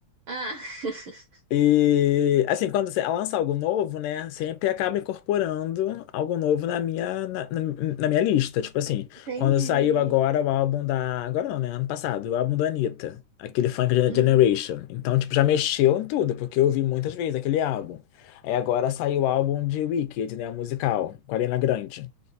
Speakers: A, on the right (about 75°); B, on the left (about 85°).
A: Ah, <laughs>
B: E assim, quando você lança algo novo, né? Sempre acaba incorporando algo novo na minha, na, na- na minha lista. Tipo assim,
A: entendi.
B: quando saiu agora o álbum da. Agora não, né? Ano passado, o álbum da Anitta, aquele Funk Gen-
A: Uhum.
B: Generation. Então, tipo, já mexeu em tudo, porque eu ouvi muitas vezes aquele álbum. Aí agora saiu o álbum de Wicked, né? O musical, com a Ariana Grande.